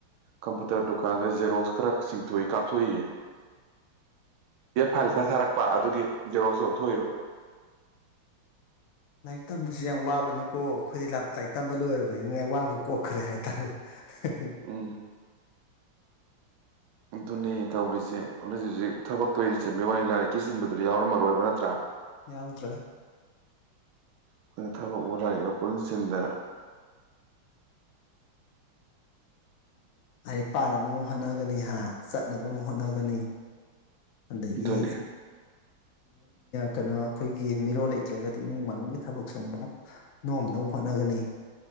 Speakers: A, on the right; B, on the left.
A: ꯀꯝꯄꯨꯇꯔ ꯗꯨꯀꯥꯟꯗ ꯖꯦꯔꯣꯛꯁ ꯈꯔ ꯆꯤꯡꯊꯣꯛꯏ ꯀꯥꯞꯊꯣꯛꯏꯌꯦ ꯌꯦ ꯐꯥꯏꯜ
B: ꯎꯝ
A: ꯈꯔ ꯊꯥꯔꯛꯄ ꯑꯗꯨꯒꯤ ꯖꯦꯔꯣꯛꯁꯨ ꯑꯣꯟꯊꯣꯛꯏꯕ
B: ꯂꯥꯏꯔꯤꯛ ꯇꯝꯕꯁꯨ ꯌꯥꯝ ꯋꯥꯕꯅꯤꯀꯣ ꯑꯩꯈꯣꯏꯗꯤ ꯂꯥꯏꯔꯤꯛ ꯇꯝꯕ ꯂꯣꯏꯔꯕꯅꯤꯅ ꯋꯥꯕ ꯀꯣꯛꯈ꯭ꯔꯦ ꯍꯥꯏꯇꯥꯔꯦ ꯎ
A: ꯎꯝ ꯑꯗꯨꯅꯦ ꯇꯧꯔꯤꯁꯦ ꯍꯧ ꯍꯧꯖꯤꯛ ꯍꯧꯖꯤꯛ ꯊꯕꯛꯛꯇꯔꯤꯁꯤ ꯁꯤꯟꯕꯤꯒꯤ ꯋꯥꯅꯤ ꯂꯥꯏꯔꯤꯛꯀꯤ ꯁꯤꯟꯕꯗ ꯌꯥꯎꯔꯝꯃꯣꯏ ꯅꯠꯇ꯭ꯔ
B: ꯌꯥꯎꯗ꯭ꯔꯦ
A: ꯑꯩꯈꯣꯏꯅ ꯊꯕꯛ ꯑꯣꯊꯔꯤꯒ ꯄꯨꯟꯁꯤꯟꯗ
B: ꯑ ꯄꯥꯔꯕꯨ ꯍꯣꯠꯅꯒꯅꯤ ꯍꯥ ꯆꯠꯅꯕ ꯍꯣꯠꯅꯒꯅꯤ ꯑꯗꯒꯤ
A: ꯑꯗꯨꯅꯦ
B: ꯀꯩꯅꯣ ꯑꯩꯈꯣꯏꯒꯤ ꯃꯤꯔꯣꯜ ꯂꯩꯇ꯭ꯔꯒꯗꯤ ꯏꯃꯨꯡ ꯃꯅꯨꯡꯒꯤ ꯊꯕꯛꯁꯨ ꯑꯃꯨꯛ ꯅꯣꯝꯅꯕ ꯍꯣꯠꯅꯒꯅꯤ